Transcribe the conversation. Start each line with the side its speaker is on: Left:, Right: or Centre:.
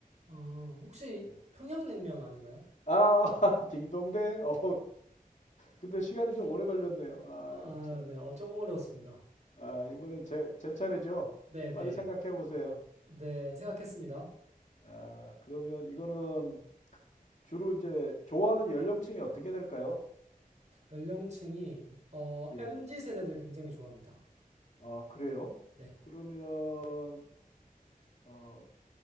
Right: 아, 혹시
Left: 예.
Right: 평양냉면 아닌가요?
Left: 아, <laughs> 딩동댕. 어, 근데 시간이 좀 오래 걸렸네요. 아,
Right: 아,
Left: 참.
Right: 네. 어, 조금 어려웠습니다.
Left: 아, 이번엔 제, 제 차례죠.
Right: 네, 네.
Left: 빨리 생각해 보세요.
Right: 네, 생각했습니다.
Left: 아, 그러면 이거는 주로 이제 좋아하는 연령층이 어떻게 될까요?
Right: 연령층이, 어,
Left: 예.
Right: MZ 세대들 굉장히 좋아합니다.
Left: 아, 그래요?
Right: 네.
Left: 그러면 어,